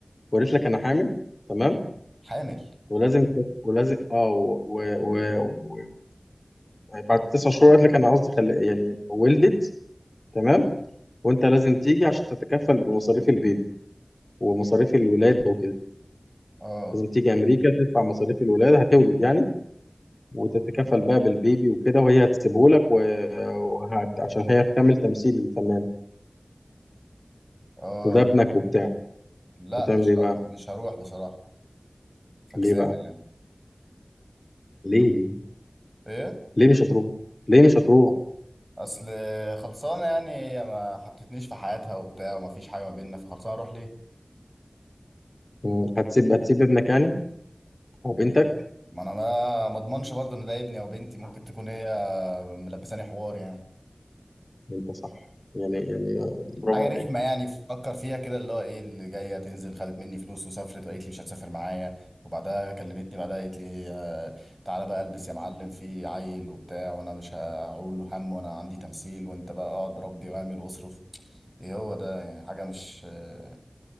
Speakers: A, on the left (about 45°); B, on the right (about 20°).
A: وقالت لك انا حامل تمام
B: حامل
A: ولازم ت- ولازم اه و... و... و... و... بعد تسع شهور قالت لك انا قصدي خل... يعني ولدت تمام وانت لازم تيجي عشان تتكفل بمصاريف البيبي ومصاريف الولاده وكده
B: اه
A: لازم تيجي امريكا تدفع مصاريف الولاده هتولد يعني وتتكفل بقى بالبيبي وكده وهي هتسيبه لك و... وهت... عشان هي هتكمل تمثيل الفنان
B: اه
A: وده ابنك وبتاع
B: لا
A: هتعمل
B: مش
A: ايه
B: ه-
A: بقى
B: مش هروح بصراحه فكسانه
A: ليه بقى
B: يعني
A: ليه ليه
B: ايه
A: ليه مش هتروح ليه مش هتروح
B: اصل خلصانه يعني هي ما حطتنيش في حياتها وبتاع وما فيش حاجه ما بيننا فخلصانه اروح ليه
A: مم. هتسيب هتسيب ابنك يعني او بنتك
B: ما انا ما ما اضمنش برضو ان ده ابني او بنتي ممكن تكون هي ملبساني حوار يعني
A: انت صح يعني يعني آه، برافو
B: حاجه رخمه
A: عليك
B: يعني فكر فيها كده اللي هو ايه اللي جايه تنزل خدت مني فلوس وسافرت وقالت لي مش هتسافر معايا وبعدها كلمتني بعدها قالت لي آه، تعالى بقى البس يا معلم في عيل وبتاع وانا مش هقول له هم وانا عندي تمثيل وانت بقى اقعد ربي واعمل واصرف ايه هو ده يعني حاجه مش آه،